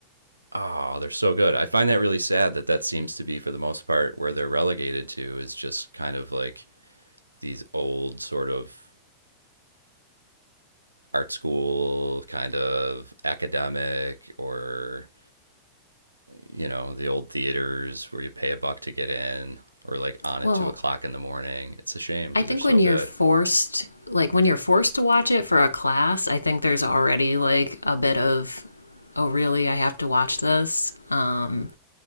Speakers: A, on the right; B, on the left.
A: Oh, they're so good. I find that really sad that that seems to be for the most part where they're relegated to is just kind of like these old sort of art school kind of academic or you know, the old theaters where you pay a buck to get in or like on at
B: Well,
A: two o'clock in the morning. It's a shame because
B: I think
A: they're so
B: when you're
A: good.
B: forced, like when you're forced to watch it for a class, I think there's already like a bit of, oh, really, I have to watch this. Um,